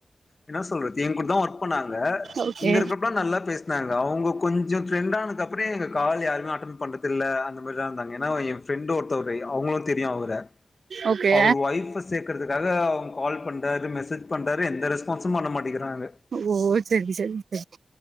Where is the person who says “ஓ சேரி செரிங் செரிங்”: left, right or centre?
Right